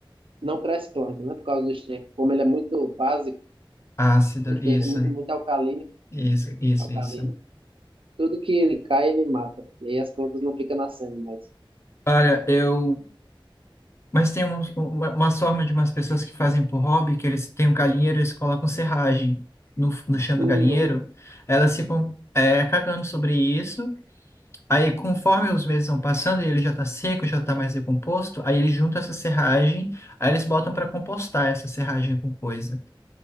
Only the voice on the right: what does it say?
não cresce planta, né? Por causa do esterco. Como ele é muito básico,
ele
tem mu- muito alcalino,
alcalino.
Tudo que ele cai, ele mata. E aí as plantas não ficam nascendo mais.
Uhum.